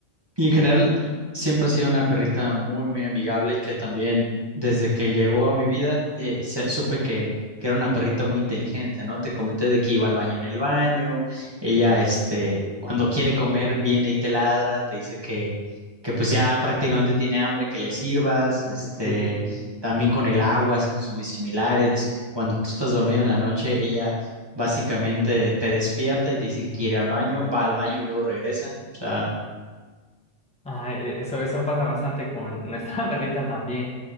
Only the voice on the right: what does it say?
Y en general, siempre ha sido una perrita muy, muy amigable y que también desde que llegó a mi vida eh, se- supe que, que era una perrita muy inteligente, ¿no? Te comenté de que iba al baño en el baño, ella, este, cuando quiere comer, viene y te ladra, te dice que, que pues ya prácticamente tiene hambre, que le sirvas,
este,
también con el agua, hace cosas muy similares. Cuando tú estás dormido en la noche, ella básicamente te despierta y te dice que quiere ir al baño, va al baño y luego regresa, o sea...